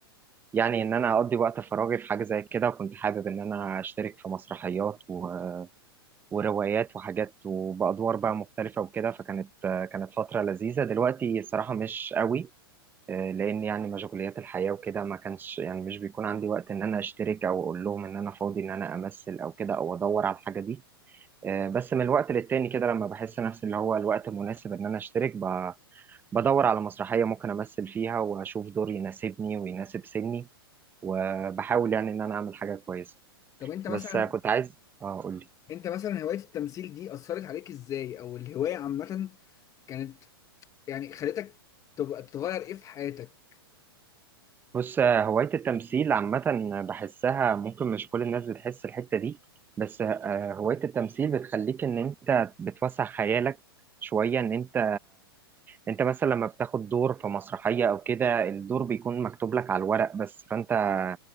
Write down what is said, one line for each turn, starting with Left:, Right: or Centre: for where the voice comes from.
Right: يعني ان انا اقضي وقت فراغي في حاجة زي كده وكنت حابب ان انا اشترك في مسرحيات و... وروايات وحاجات وبأدوار بقى مختلفة وكده فكانت آه، كانت فترة لذيذة دلوقتي الصراحة مش قوي آه، لان يعني مشغوليات الحياة وكده ما كانش يعني مش بيكون عندي وقت ان انا اشترك او اقول لهم ان انا فاضي ان انا امثل او كده او ادور على الحاجة دي آه، بس من الوقت للتاني كده لما بحس نفسي اللي هو الوقت مناسب ان انا اشترك ب... بدور على مسرحية ممكن أمثل فيها وأشوف دور يناسبني ويناسب سني وبحاول يعني إن أنا أعمل حاجة كويسة
Left: طب انت
Right: بس
Left: مثلا
Right: كنت عايز آه أقولي
Left: انت مثلا هواية التمثيل دي اثرت عليك ازاي او الهواية عامة كانت يعني خلتك تبقى تغير ايه في حياتك
Right: بص آه، هواية التمثيل عامة بحسها ممكن مش كل الناس بتحس الحتة دي بس آه، هواية التمثيل بتخليك إن أنت بتوسع خيالك شوية إن أنت أنت مثلا لما بتاخد دور في مسرحية أو كده الدور بيكون مكتوب لك على الورق بس فأنت